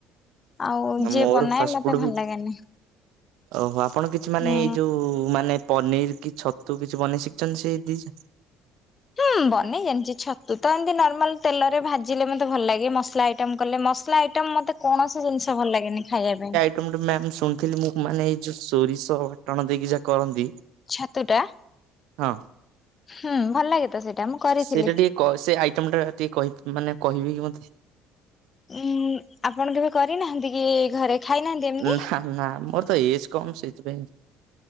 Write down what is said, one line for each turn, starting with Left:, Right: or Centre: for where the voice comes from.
Left: ଆଉ ଯିଏ
Right: ମୋର
Left: ବନାଏ
Right: ଫାଷ୍ଟଫୁଡ୍
Left: ମତେ ଭଲ
Right: ବି
Left: ଲାଗେନି।
Right: ଓହୋ ଆପଣ କିଛି ମାନେ
Left: ହୁଁ।
Right: ଏଇ ଯୋଉ ମାନେ ପନିର କି ଛତୁ କିଛି ବନେଇ ଶିଖଛନ୍ତି ସେ ଦିସ?
Left: ହୁଁ ବନେଇ ଜାଣିଚି ଛତୁ ତ ଏମିତି ନର୍ମାଲ ତେଲରେ ଭାଜିଲେ ମତେ ଭଲ ଲାଗେ ମସଲା। ଆଇଟମ୍ କଲେ ମସଲା ଆଇଟମ୍ ମୋତେ କୌଣସି ଜିନିଷ ଭଲ ଲାଗେନି ଖାଇବା ପାଇଁ।
Right: ମୁଁ ଗୋଟେ ମ୍ୟାମ ଶୁଣିଥିଲି ମୁଁ ମାନେ ଏଇ ଯୋଉ ସୋରିଷ ବାଟଣ ଦେଇକି ଯାହା କରନ୍ତି।
Left: ଛତୁଟା।
Right: ହଁ।
Left: ହୁଁ ଭଲ ଲାଗେ ତ ସେଇଟା ମୁଁ କରିଥିଲି।
Right: ସେଇଟା ଟିକେ କ ସେ ଆଇଟମ ଟା ଟିକେ ମାନେ କହିବେ କି ମୋତେ?
Left: ଉଁ ଆପଣ କେବେ କରିନାହାନ୍ତି କି ଘରେ ଖାଇନାହାନ୍ତି ଏମିତି?
Right: ନା ନା ମୋର ତ ଏଜ କମ ସେ- ଥିପାଇଁ